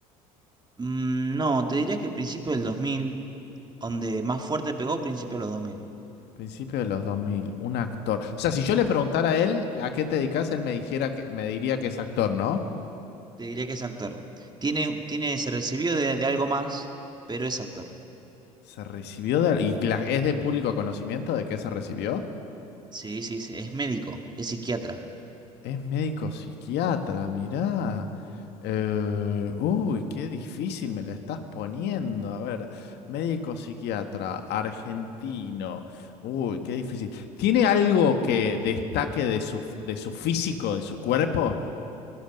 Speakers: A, on the right; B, on the left.
A: Mm, no, te diría que principio del 2000, donde más fuerte pegó, principio de los 2000.
B: Principio de los 2000, un actor. O sea, si yo le preguntara a él a qué te dedicas, él me dijera que, me diría que es actor, ¿no?
A: Te diría que es actor. Tiene, tiene, se recibió de, de algo más, pero es actor.
B: Se recibió de... ¿Y cla- es de público conocimiento de qué se recibió?
A: Sí, sí, sí, es médico, es psiquiatra.
B: Es médico psiquiatra, mirá. Eh, uy, qué difícil me la estás poniendo. A ver, médico psiquiatra, argentino. Uy, qué difícil. ¿Tiene algo que destaque de su, de su físico, de su cuerpo?